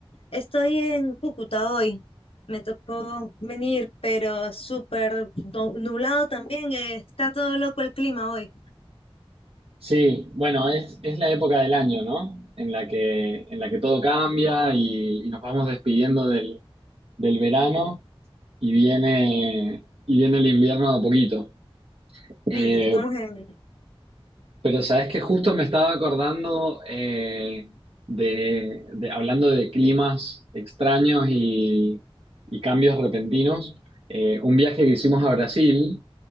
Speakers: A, on the left (about 70°); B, on the right (about 75°).
A: Estoy en Cúcuta hoy. Me tocó venir, pero súper do- nublado también. eh, Está todo loco el clima hoy.
B: Sí, bueno, es, es la época del año, ¿no? En la que, en la que todo cambia y, y nos vamos despidiendo del, del verano y viene, y viene el invierno de a poquito. Eh,
A: Sí, estamos en...
B: Pero sabes que justo me estaba acordando eh, de, de- hablando de climas extraños y, y cambios repentinos, eh, un viaje que hicimos a Brasil